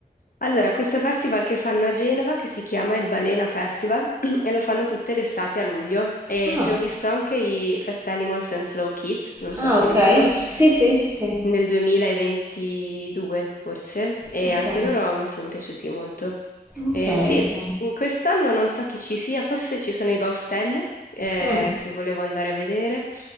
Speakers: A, on the left; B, on the right.
A: Allora, questo festival che fanno a Genova, che si chiama il Balena Festival, <clears throat> e lo fanno tutte le estati a luglio. E
B: Ah,
A: ci ho visto anche i Fast Animals and Slow Kids, non so
B: ah,
A: se
B: ok.
A: li conosci,
B: Sì, sì, sì.
A: nel 2022 forse, e
B: Ok,
A: anche loro mi sono piaciuti molto.
B: ok,
A: Eh, sì,
B: ok.
A: in quest'anno non so chi ci sia, forse ci sono i Baustelle, eh,
B: Ah,
A: che volevo andare a vedere,